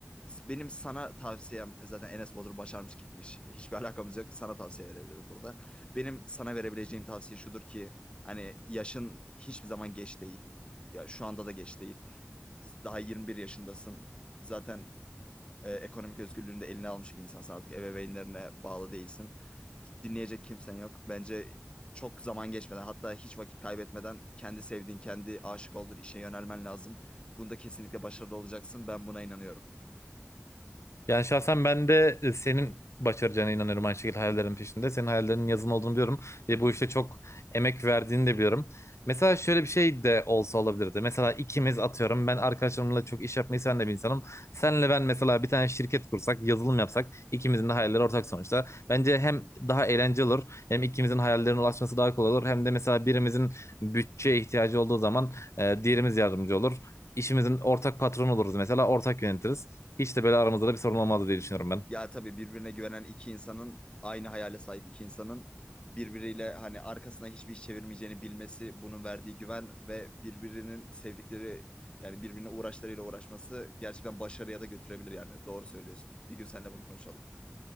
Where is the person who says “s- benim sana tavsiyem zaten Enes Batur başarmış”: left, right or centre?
Left